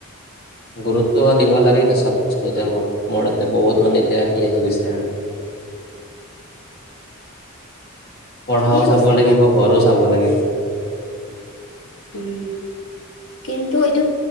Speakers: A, on the left; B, on the left.
A: গুৰুত্ব কিবা দিব লাগে চব বস্তুতে মই মোৰ তাতে বহুত মানে এতিয়া কি আহিব গৈছে আৰু। পঢ়াও
B: ঠিকেই কৈছা
A: চাব লাগিব ঘৰো চাব লাগিব।
B: উম কিন্তু এইটো